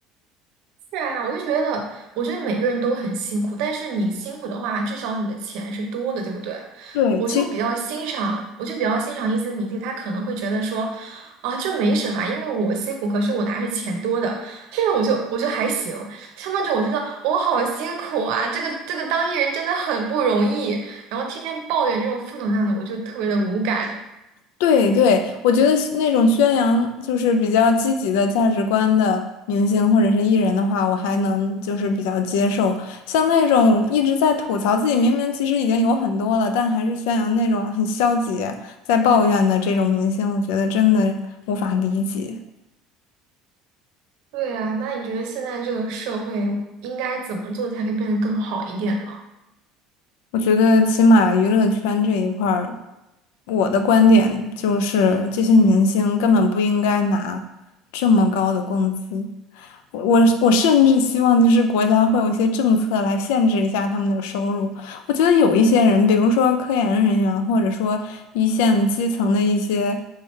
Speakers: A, on the right; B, on the left.
A: 是啊，我就觉得，我觉得每个人都很辛苦，但是你辛苦的话，至少你的钱是多的，对不对？
B: 对，
A: 我就比较欣赏，
B: 其。
A: 我就比较欣赏一些明星，他可能会觉得说，啊，这没什么啊因为我辛苦，可是我拿着钱多的，这种我就我就还行。像那种我觉得我好辛苦啊，这个这个当艺人真的很不容易，然后天天抱怨这种负能量的，我就特别的无感。
B: 对对，我觉得是那种宣扬就是比较积极的价值观的明星或者是艺人的话，我还能就是比较接受。像那种一直在吐槽自己明明其实已经有很多了，但还是宣扬那种很消极、在抱怨的这种明星，我觉得真的无法理解。
A: 对啊，那你觉得现在这个社会应该怎么做才可以变得更好一点呢？
B: 我觉得起码娱乐圈这一块儿，我的观点就是这些明星根本不应该拿这么高的工资。我我我甚至希望就是国家会有一些政策来限制一下他们的收入。我觉得有一些人，比如说科研人员，或者说一线基层的一些。